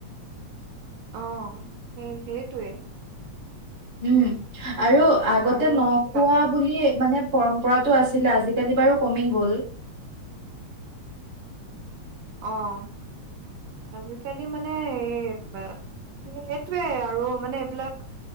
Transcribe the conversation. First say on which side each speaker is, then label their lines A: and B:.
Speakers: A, on the right; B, on the right.
A: অ', সেই সেইটোৱে।
B: উম, আৰু আগতে
A: আৰু
B: নখোৱা
A: কা
B: বুলি মানে পৰম্পৰাটো আছিলে, আজিকালি বাৰু কমি গ'ল।
A: অ'। আজিকালি মানে, এই সেইটোৱে আৰু মানে এইবিলাক